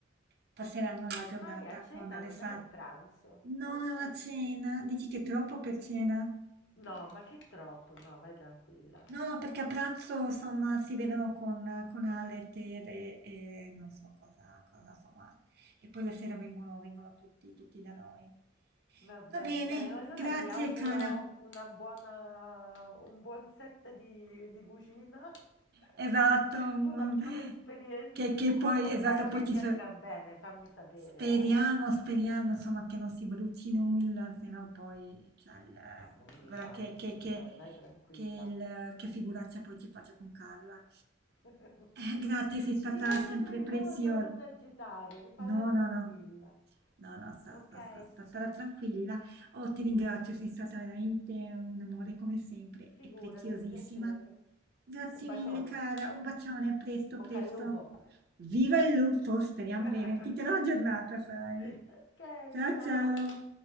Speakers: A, on the right (about 55°); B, on the left (about 75°).
A: passeranno la giornata
B: Ah, e a cena
A: con Alessa
B: non è un pranzo.
A: no,
B: Ok,
A: è una cena.
B: ok.
A: Dici che è troppo per cena?
B: No, ma che troppo, no, vai tranquilla.
A: No, no, perché a pranzo, insomma, si vedono con, con Ale, Tere e non so cosa, cosa, insomma. E poi la sera vengono, vengono tutti, tutti da noi.
B: Va bene,
A: Va bene,
B: dai, allora
A: grazie
B: ti auguro
A: cara.
B: una buona, un buon set di, di cucina,
A: Esatto.
B: <laughs>
A: mm,
B: una buona esperienza.
A: Che, che poi,
B: Oh, spero
A: esatto,
B: che
A: poi ci
B: ti
A: sa-
B: esca bene, fammi sapere,
A: Speriamo,
B: eh.
A: speriamo, insomma, che non si bruci nulla, se no poi, cioè, il-
B: No, non bruciare,
A: guarda che,
B: non
A: che,
B: bruciare,
A: che,
B: vai tranquilla.
A: che, il- che figuraccia poi ci faccio con Carla.
B: <laughs>
A: Eh, grazie, sei stata
B: Ti sento
A: sempre
B: nervosa,
A: preziosa.
B: non t'agitare, falla
A: No,
B: tranquilla.
A: no, no. No, no, sta
B: Ok?
A: sta sta sta stare tranquilla. Oh, ti ringrazio, sei stata veramente un amore come sempre
B: Figurati,
A: e preziosissima.
B: un piacere.
A: Grazie
B: Un bacione,
A: mille, cara. Un bacione, a presto,
B: in bocca
A: presto.
B: al lupo.
A: Viva il lupo, speriamo
B: <laughs>
A: bene. Ti terrò aggiornata, sai.
B: Ok,
A: Ciao,
B: ciao.
A: ciao.